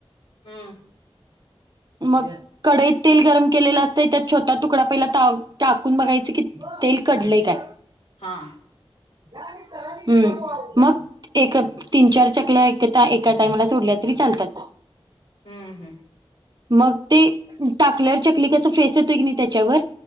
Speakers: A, on the left; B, on the right.
A: हम्म!
B: मग कढईत तेल गरम केलेलं असतय त्यात छोटा तुकडा पहिला टाकू टाकून बघायच की तेल कढले काय
A: हा!
B: हम्म, मग एक तीन चार चकल्या एका एका टाइमाला सोडल्या तरी चालतात.
A: हम्म हम्म!
B: मग ते टाकल्यावर चकली कस फेस येतोय की नाही त्याच्यावर